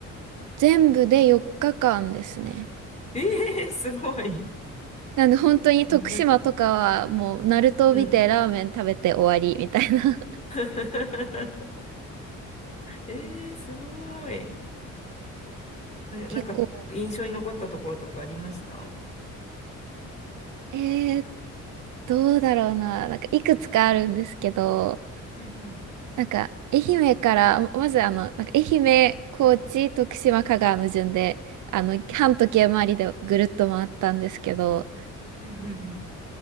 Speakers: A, on the right; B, on the left.
A: 全部で4日間ですね。
B: ええー、すごい。
A: なんで本当に徳島とかはもうナルトを見てラーメン食べて終わりみたいな。
B: めっちゃ、うん。
A: <laughs>
B: <laughs> えー、すごい。な、
A: 結構、
B: なんか、印象に残ったところとかありました
A: えー、どうだろうな。なんかいくつかあるんですけど、
B: うんうん。
A: なんか愛媛から、ままずあの、なんか愛媛、高知、徳島、香川の順で、あの、半時計回りでぐるっと回ったんですけど、
B: うんうん